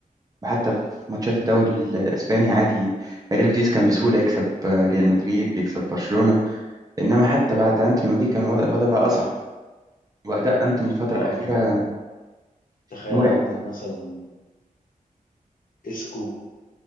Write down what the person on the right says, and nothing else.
وحتى في ماتشات الدوري ال- الأسباني عادي ريال بيتيس كان بسهولة يكسب آه، ريال مدريد بيكسب برشلونة إنما حتى بعد أنتوني ما جه كان الوضع الوضع بقى أصعب وأداء أنتوني الفترة
الأخيرة
مرعب